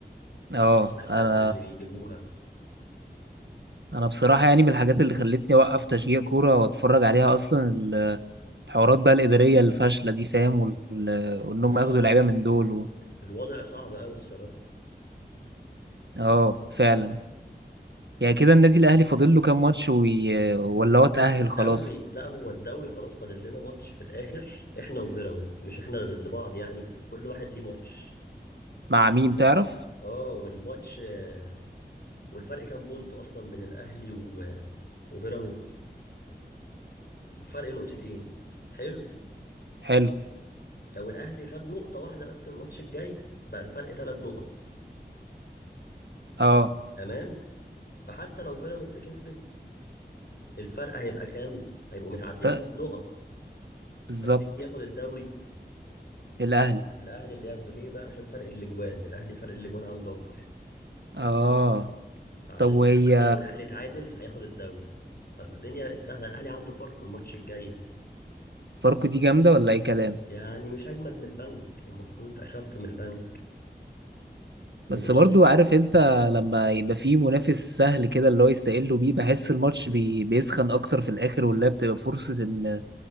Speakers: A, on the left; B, on the right.
A: والقيمة
B: اه
A: الكسر
B: انا
A: اللي بيجيبوها
B: انا بصراحه يعني من الحاجات اللي خلتني اوقف تشجيع كوره واتفرج عليها اصلا الحوارات بقى الاداريه الفاشله دي فاهم وال... وان
A: لا
B: هم ياخدوا
A: لا الوضع
B: لعيبه من دول و...
A: الوضع صعب قوي الصراحة
B: اه فعلا يعني كده النادي الاهلي فاضل له كام ماتش وي... ولا هو اتاهل خلاص
A: دوري لا هو الدوري خلاص فاضل لنا ماتش في الآخر احنا وبيراميدز مش احنا ضد بعض يعني كل واحد ليه ماتش
B: مع مين تعرف
A: اه والماتش آه، والفرق كام بونت اصلا بين الاهلي و... وبيراميدز الفرق نقطتين حلو
B: حلو
A: لو الاهلي خد نقطة واحدة بس من الماتش الجاي بقى الفرق ثلاث نقط
B: اه
A: تمام فحتى لو بيراميدز كسبت الفرق هيبقى كام هيبقوا متعادلين
B: ت-
A: في النقط
B: بالظبط
A: بس مين ياخد الدوري
B: الاهلي
A: الاهلي اللي ياخده ليه بقى عشان فرق الاجوان الاهلي فرق الاجوان عنده اكبر
B: اه
A: فعشان
B: طب وهي
A: كده حتى لو الاهلي اتعادل هياخد الدوري فالدنيا بقت سهله الاهلي عنده فرق والماتش الجاي
B: فاركو دي جامده ولا اي كلام
A: يعني مش اجمد من البنك المفروض اخف من البنك وبيراميدز
B: بس برضو عارف انت لما يبقى فيه منافس سهل كده اللي هو يستقلوا بيه بحس الماتش بي بيسخن اكتر في الاخر واللي هي بتبقى فرصة ان